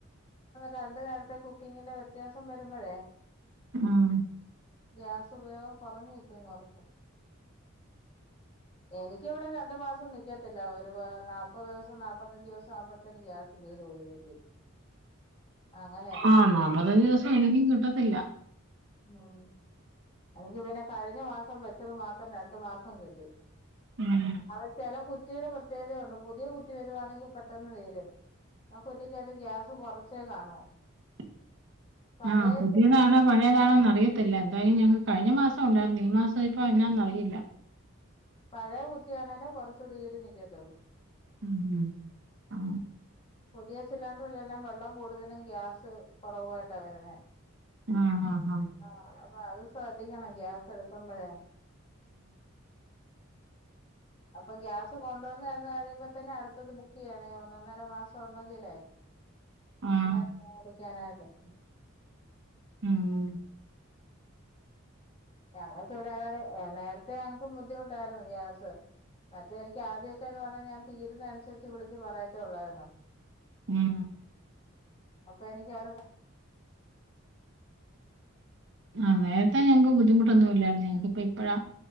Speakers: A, on the left; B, on the right.
A: രണ്ട് നേരത്തെ കുക്കിങ്ങിന്റെ വ്യത്യാസം വരുമ്പഴേ-
B: ഉം
A: ഗ്യാസ് ഉപയോഗം കൊറഞ്ഞിരിക്കും കൊറച്ച് എനിക്കിവിടെ രണ്ടു മാസം നിക്കത്തില്ല ഒരു നാപ്പത് ദിവസം നാല്പ്പത്തഞ്ചു ദിവസം ആവുമ്പോഴത്തേന് ഗ്യാസ്- <unintelligible> അങ്ങനെ
B: അനോ നാപ്പത്തഞ്ചു ദെവസം എനിക്കും കിട്ടത്തില്ല
A: ഓഹ് അല്ലെങ്കി പിന്നെ കഴിഞ്ഞ മാസം വെച്ചത് മാത്രം രണ്ടു മാസം കിട്ടി
B: ഉം
A: അത് ചെല കുറ്റികളുടെ പ്രത്യേകതയുണ്ട് പുതിയ കുറ്റി വരുവാണെങ്കിൽ പെട്ടെന്ന് തീരും ആ കുറ്റിക്കാത്ത് ഗ്യാസ് കുറച്ചേ കാണൂ
B: <inaudible>
A: പഴയ
B: ആഹ പുതിയതാണോ
A: സിലിണ്ടർ
B: പഴയതാണോന്ന് അറിയത്തില്ല എന്തായാലും ഞങ്ങക്ക് കഴിഞ്ഞ മാസം ഉണ്ടായിരുന്നു ഈ മാസം ഇപ്പ ഇപ്പ എന്നാന്ന് അറിയില്ല
A: പഴയ കുറ്റിയാണെലെ കുറച്ചൂടി ഈട് നിക്കത്തൊള്ളൂ
B: ഉം ആ
A: പുതിയ സിലിണ്ടറിലെല്ലാം വെള്ളം കൂടുതലും ഗ്യാസ് കുറവായിട്ടാ വരുന്നെ
B: ആ ആഹ
A: ആ അപ്പൊ അത് ശ്രദ്ധിക്കണം ഗ്യാസ് എടുക്കുമ്പോഴേ
B: <inaudible>
A: അപ്പൊ ഗ്യാസ് കൊണ്ടുവന്നെന്ന് കഴിയുമ്പോ തന്നെ അടുത്തത് ബുക്ക് ചെയ്യണ ഈ ഒന്നര മാസം ഉണ്ടെങ്കിലേ
B: <inaudible>
A: <unintelligible>
B: ആഹ് ഉം
A: ഞങ്ങൾക്കിവിടെ <unintelligible> നേരത്തെ ഞങ്ങക്കും ബുദ്ധിമുട്ടായിരുന്നു ഗ്യാസ് മറ്റേ എനിക്ക് ആദ്യമൊക്കെ എന്ന് പറഞ്ഞാൽ ഞാൻ തീരുന്ന അനുസരിച്ച് വിളിച്ച് പറയത്തേ ഉള്ളായിരുന്നു
B: ഉം
A: അപ്പൊ എനിക്ക് ആര്
B: ആഹ നേരത്തെ ഞങ്ങക്ക് ബുദ്ധിമുട്ടൊന്നും ഇല്ലായിരുന്നു ഞങ്ങക്ക് ഇപ്പോ ഇപ്പഴാ